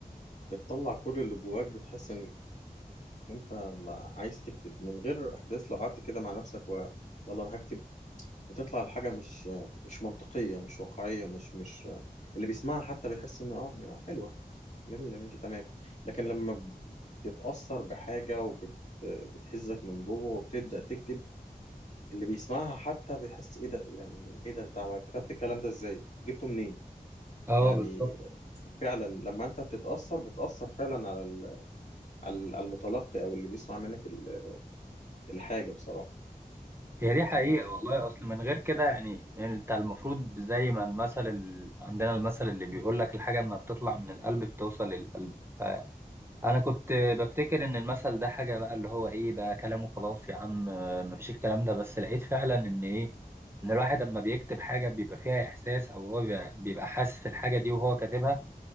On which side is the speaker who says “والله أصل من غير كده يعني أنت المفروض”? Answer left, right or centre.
Right